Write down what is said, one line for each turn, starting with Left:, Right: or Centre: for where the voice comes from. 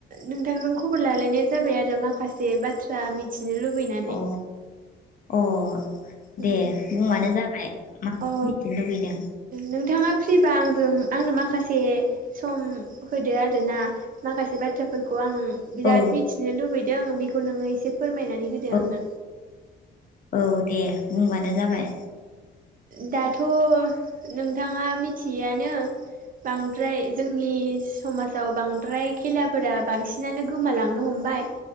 Right: नोंथांजों खबर लालायनाय जाबाय आरो माखासे बाथ्रा बाथ्रख मिथिनो लुबैनानै।
Left: अ अ
Right: उम
Left: दे बुंबानो जाबाय मा
Right: अ
Left: मिथिनो लुबैदों।
Right: नोंथाङा फ्रिबा आंजों आंनो माखासे सम होदो आरोना माखासे बाथ्राफोरखौ आं बिराद
Left: औ
Right: मिथिनो लुबैदों बेखौ नोङो एसे फोरमायनानै होदो
Left: औ
Right: आंनो
Left: औ दे बुंबानो
Right: उम
Left: जाबाय।
Right: दाथ' नोंथाङा मिथियोयानो बांद्राय जोंनि समाजाव बांद्राय खेलाफोरा बांसिनानो गोमालांनो हम बाय